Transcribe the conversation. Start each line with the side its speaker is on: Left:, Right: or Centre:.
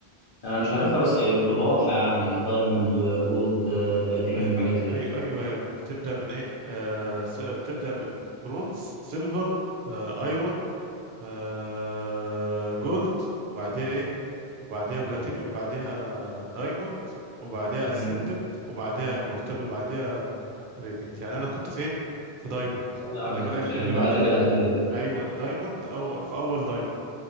Left: انا مش عارفها بس بتبقى واضحه يعني دايموند جولد بلاتينيوم
Right: <coughs>
Left: حاجات زي
Right: ايوه
Left: كده
Right: ايوه هي بتبدأ من ايه آه س- بتبدأ من برونز سيلفر آه ايرون آه جولد وبعديها ايه وبعديها بلاتينيوم بعديها دايموند وبعديها اسندنت
Left: امم
Right: وبعديها امورتال وبعديها راديانت يعني انا كنت فين في دايموند
Left: اه يعني
Right: اللي بقى اللي
Left: في المراتب
Right: بقى اللي
Left: الاخيره بقى.
Right: ايوه دايموند او في اول دايموند